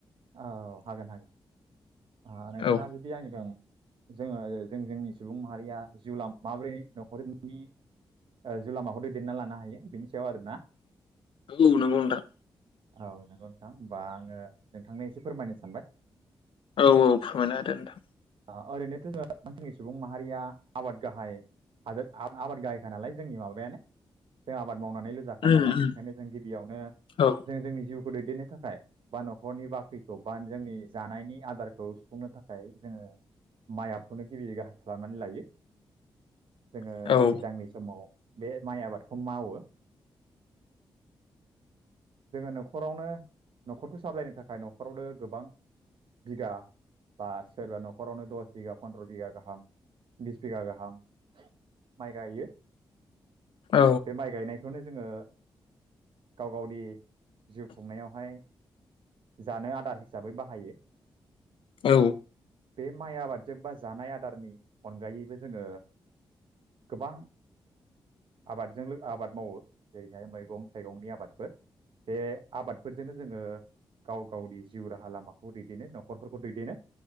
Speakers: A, on the right; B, on the left.
A: औ हागोन हागोन। आं नोंथाङा
B: औ
A: जुदि आंजों <unintelligible> जोङो जों जोंनि सुबुं माहारिया जिउलाम माब्रै न'खरनि ओ जिउ लामाखौ दैदेनना लानो हायो बेनि सायाव आरोना।
B: औ नंगौ नोंथां।
A: औ नोंगौ नोंथां होमबा आङो नोंथांनो एसे फोरमायनो सानबाय।
B: औ औ फोरमायना होदो नोंथां
A: ओ ओरैनोथ' जोङो मानसिनि सुबुं माहारिया आबाद गाहाय हादोर आबाद गाहायखा नालाय जोंनि माबायानो जों आबाद मावनानैल' जाखायो
B: उम
A: नालाय
B: उम
A: ओंखायनो जों गिबियावनो
B: औ
A: जों जोंनि जिउ खौ दैदेननो थाखाय बा न'खरनि बाख्रिखौ बा जोंनि जानायनि आदारखौ सुफुंनो थाखाय जोङो माइ आबादखौनो गिबियै गाहाय खालामनानै लायो। जोङो
B: औ औ
A: दैज्लांनि समाव बे माइ आबादखौ मावो। जोङो न'खरावनो न'खरखौ सामलायनो थाखाय न'खरावनो गोबां बिगा बा सोरबा न'ख खरावनो दस बिगा पन्द्र' बिगा गाहाम बिस बिगा गाहाम माइ गाइयो।
B: औ
A: बे माइ गायनाइ खौनो जोङो गाव गावनि जिउ खुंनायावहाय जानो आदार हिसाबै बाहायो।
B: औ।
A: बे माइ आबादजों बा जानाय आदारनि अनगायैबो जोङो गोबां आबादजों लो आबाद मावो जेरैहाय मैगं थाइगंनि आबादफोर। बे आबादफोरजोंनो जोङो गाव गावनि जिउ राहा लामाखौ दैदेनो न'खरफोरखौ दैदेनो।